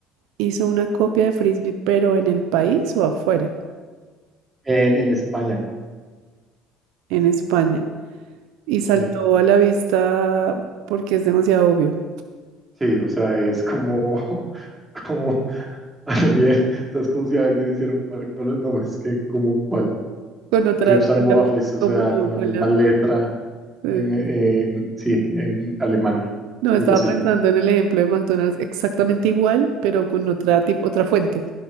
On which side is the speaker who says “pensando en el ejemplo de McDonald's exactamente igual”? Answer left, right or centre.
Right